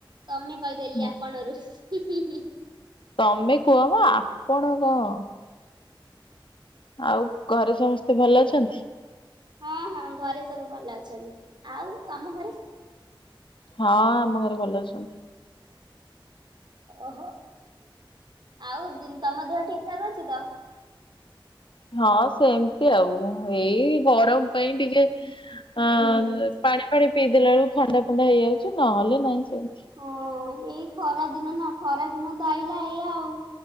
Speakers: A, on the right; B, on the left.
A: ତମେ କହିଦେଲି
B: ହୁଁ।
A: ଆପଣରୁ ହୁଁ ହୁଁ ହୁଁ।
B: ତମେ କୁହ ବା ଆପଣ କଣ। ଆଉ ଘରେ ସମସ୍ତେ ଭଲ ଅଛନ୍ତି?
A: ହଁ ହଁ ଘରେ ସବୁ ଭଲ ଅଛନ୍ତି। ଆଉ ତମ ଘରେ
B: ହଁ ଆମ ଘରେ ଭଲ ଅଛନ୍ତି।
A: ଓହୋ ଆଉ ତମ ଦେହ ଠିକ ଚାଲୁଛି ତ
B: ହଁ ସେମତି ଆଉ ଏଇ ଗରମ ପାଇଁ ଟିକେ
A: ହୁଁ
B: ଅ ପାଣି ଫାଣି ପିଇ ଦେଲା ବେଳକୁ ଥଣ୍ଡା ଫଣ୍ଡା ହେଇଯାଉଛି ନହେଲେ ନାହିଁ ସେମିତି।
A: ହଁ ଏଇ ଖରା ଦିନ ନା ଖରା ଦିନ ତ ଆଇଲା ଏଇଆ ଆଉ।